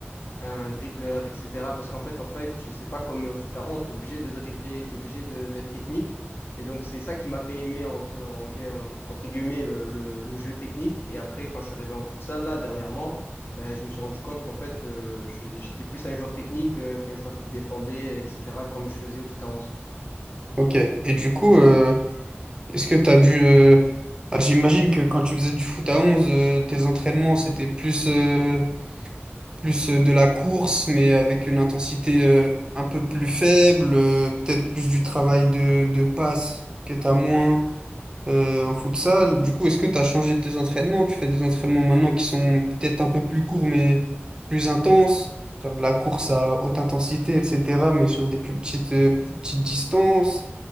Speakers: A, on the left; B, on the right.
A: un dribbleur, etc. Parce qu'en fait, en five, tu c'est pas comme foot à 11 tu es obligé de dribbler, tu es obligé de- d'être technique. Et donc, c'est ça qui m'a fait aimer, entre, en- en- entre guillemets, le, le- le jeu technique. Et après, quand je suis arrivé en futsal, là, dernièrement, ben, je me suis rendu compte qu'en fait, euh, je- j'étais plus un joueur technique euh, qu'un joueur qui défendait, etc., comme je faisais au foot à onze
B: Ok. Et du coup, euh, Est-ce que tu as dû... euh, ah, j'imagine que quand tu faisais du foot à 11, euh, tes entraînements, c'était plus, euh, plus euh, de la course, mais avec une intensité euh, un peu plus faible, euh, peut-être plus du travail de, de passe que tu as moins euh, en futsal. Du coup, est-ce que tu as changé tes entraînements? Tu fais des entraînements maintenant qui sont peut-être un peu plus courts, mais plus intenses, genre de la course à haute intensité, etc., mais sur des plus petites, euh, plus petites distances.